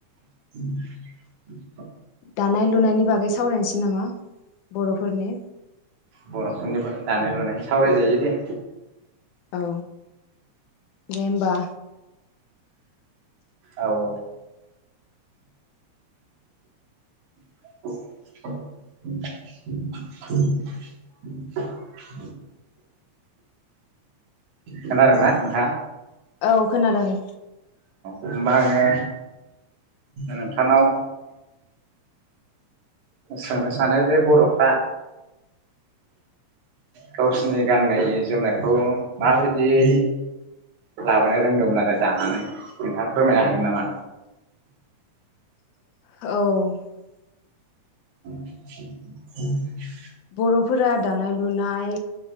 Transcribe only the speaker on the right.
उम
बर'फोरनि दानाय लुनाय सावराय जायो दे।
औ औ औ खोनादोंना नोंथां?
होमबा आङो नोंथांनाव सोंनो सानो जे बर'फ्रा गावसिनि गाननाय जोमनायखौ माबायदियै लाबोनो रोंदोंमोन आरो दानानै नोंथाङा फोरमायनो हागोन नामा?
<inaudible>